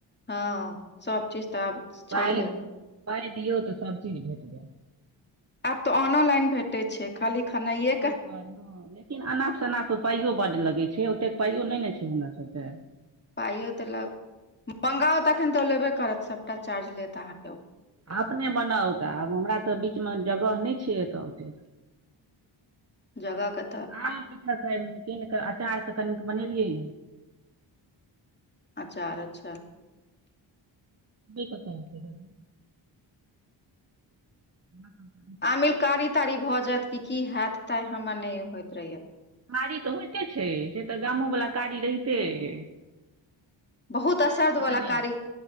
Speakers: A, on the left; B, on the right.
A: हँ सब चीज तऽ आब छैहे
B: पाइ पाइ दियौ तऽ सभचीज भेट जैत
A: आब तऽ ऑनोलाइन भेटे छै खाली खेनाइए के
B: कर ह <inaudible> लेकिन अनाप शनाप पाइयो बड लगै छै ओतेक पाइयो नहि ने छै हमरा सबके
A: पाइयो तऽ ल मंगाउ तखन तऽ ओ लेबे करत सभटा चार्ज लेत अहाँके ओ
B: अपने बनाउ तऽ आब हमरा तऽ बीचमे जगह नहि छै एतय ओतेक
A: जगह कतऽ
B: आ कीन कऽ अचार तऽ कनिक बनेलियै
A: अचार अच्छा
B: पता ह ह <inaudible>
A: आमिल कारी ताारी भए जायत कि की हैय तै हमर नहि होयइत रहयै
B: कारी तऽ होइते छै से तऽ गामो वला कारी रहितेए
A: बहुत असरद वल्ला
B: नहि
A: कारी